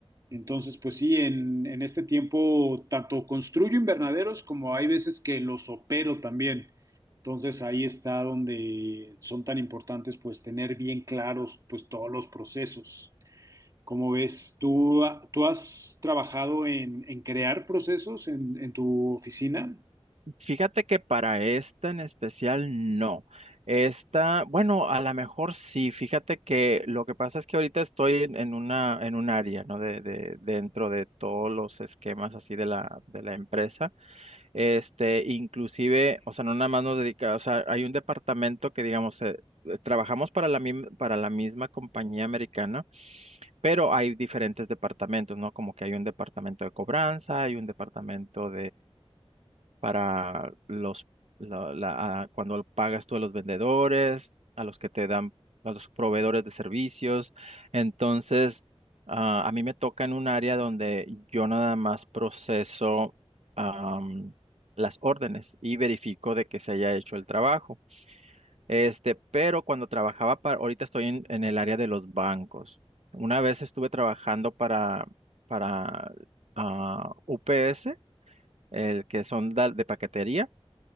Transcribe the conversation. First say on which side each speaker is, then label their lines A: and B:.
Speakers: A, on the right; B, on the right.
A: Entonces, pues sí, en, en este tiempo tanto construyo invernaderos como hay veces que los opero también. Entonces ahí está donde son tan importantes pues tener bien claros pues todos los procesos. ¿Cómo ves? ¿Tú, tú has trabajado en, en crear procesos en, en tu oficina?
B: Fíjate que para esta en especial no. Esta, bueno, a lo mejor sí. Fíjate que lo que pasa es que ahorita estoy en, en una, en un área, ¿no? De, de- dentro de todos los esquemas así de la, de la empresa. Este, inclusive, o sea, no nada más nos dedica, o sea, hay un departamento que, digamos, eh, eh, trabajamos para la, mim- para la misma compañía americana, pero hay diferentes departamentos, ¿no? Como que hay un departamento de cobranza, hay un departamento para los la- la- a- cuando pagas tú a los vendedores, a los que te dan, a los proveedores de servicios. Entonces, ah, a mí me toca en un área donde yo nada más proceso am, las órdenes y verifico de que se haya hecho el trabajo. Este, pero cuando trabajaba para, ahorita estoy en, en el área de los bancos. Una vez estuve trabajando para, para ah, UPS, el que son da- de paquetería.